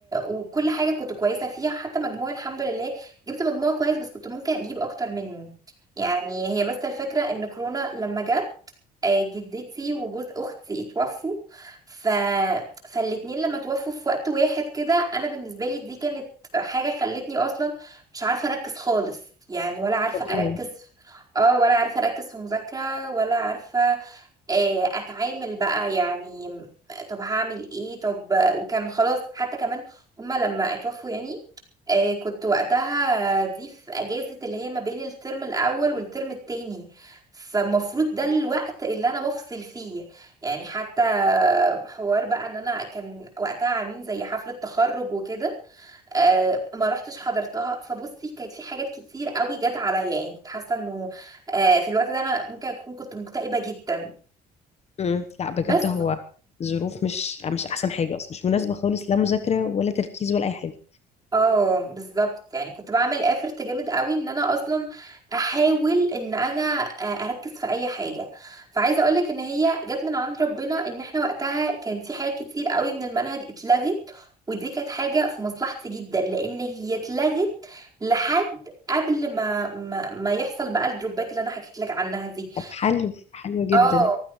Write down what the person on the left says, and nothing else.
طبيعي
مم. لا بجد
هو ظروف مش مش احسن حاجة اصلا مش مناسبة خالص لا مذاكرة ولا تركيز ولا اي حاجة
طب حلو حلو
جدا